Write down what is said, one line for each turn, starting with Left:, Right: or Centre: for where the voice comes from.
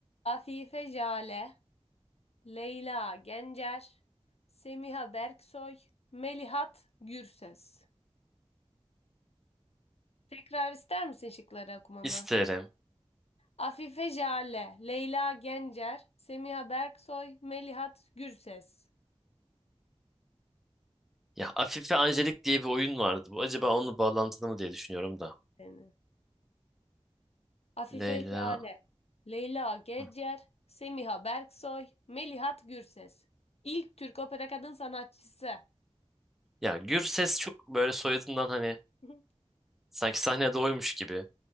Left: Afife Jale. Leyla Gencer, Semiha Berksoy, Melihat Gürses. Tekrar ister misin şıkları okumamı?
Centre: İsterim.
Left: Afife Jale, Leyla Gencer, Semiha Berksoy, Melihat Gürses.
Centre: Ya Afife Angelik diye bir oyun vardı. Bu acaba onunla bağlantılı mı diye düşünüyorum da.
Left: Seni. Afife
Centre: Leyla.
Left: Jale, Leyla Gencer,
Centre: Hı.
Left: Semiha Berksoy, Melihat Gürses. İlk Türk opera kadın sanatçısı.
Centre: Ya Gürses çok böyle soyadından hani
Left: <laughs>
Centre: sanki sahnede oymuş gibi.